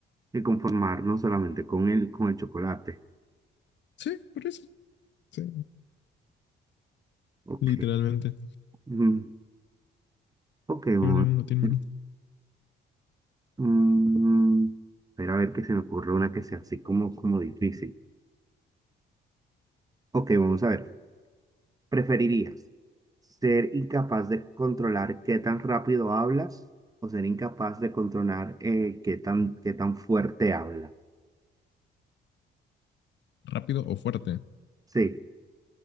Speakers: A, on the right (about 20°); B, on the left (about 65°).
A: y conformarnos solamente con el, con el chocolate.
B: Sí, por eso. Sí,
A: Ok.
B: literalmente.
A: Mm, ok. vamos
B: Tiene uno, tiene
A: a ver. Mm, espera a ver que se me ocurre una que sea así como, como difícil. Ok, vamos a ver. ¿Preferirías ser incapaz de controlar qué tan rápido hablas o ser incapaz de controlar eh, qué tan, qué tan fuerte hablas?
B: Rápido o fuerte.
A: Sí.